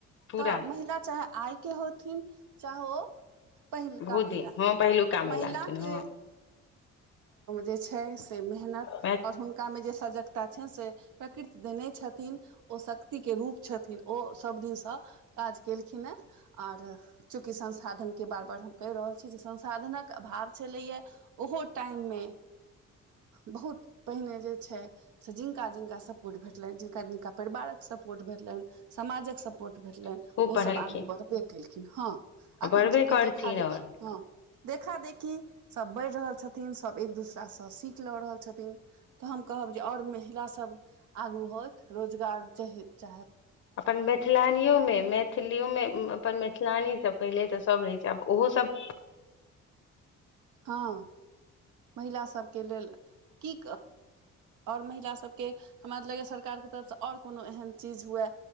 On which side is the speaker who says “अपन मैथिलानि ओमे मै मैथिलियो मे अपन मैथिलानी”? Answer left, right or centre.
Left